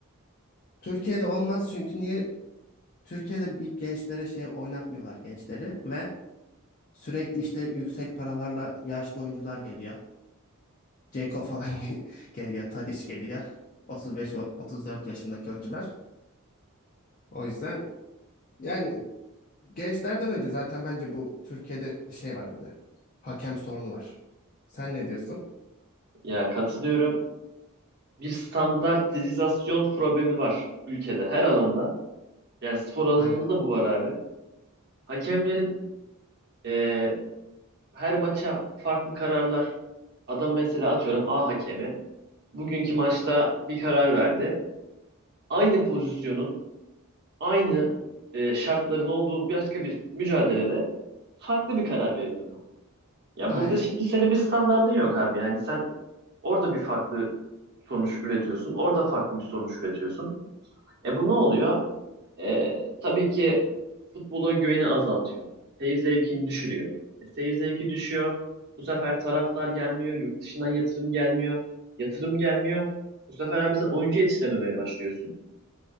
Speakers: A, on the left; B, on the right.
A: Türkiye'de olmaz çünkü niye? Türkiye'de bir gençlere şey oynatmıyorlar gençleri ve sürekli işte yüksek paralarla yaşlı oyuncular geliyor. Ceko falan <laughs> geliyor, Tadiç geliyor. 35-34 yaşındaki oyuncular. O yüzden yani gençlerden önce zaten bence bu Türkiye'de şey var bir de. Hakem sorunu var. Sen ne diyorsun?
B: Ya katılıyorum. Bir standartizasyon problemi var ülkede her alanda. Yani spor alanında
A: Aynen.
B: da bu var abi. Hakemlerin e, her maça farklı kararlar. Adam mesela atıyorum A hakemi bugünkü maçta bir karar verdi. Aynı pozisyonun, aynı e, şartların olduğu başka bir mücadelede farklı bir karar veriyor adam. Ya
A: Aynen.
B: burada şimdi senin bir standardın yok abi. Yani sen orada bir farklı sonuç üretiyorsun, orada farklı bir sonuç üretiyorsun. E bu ne oluyor? E, tabii ki futbola güveni azaltıyor. Seyir zevkini düşürüyor. E, seyir zevki düşüyor. Bu sefer taraftar gelmiyor. Yurt dışından yatırım gelmiyor. Yatırım gelmiyor. Bu sefer abi sen oyuncu yetiştirememeye başlıyorsun.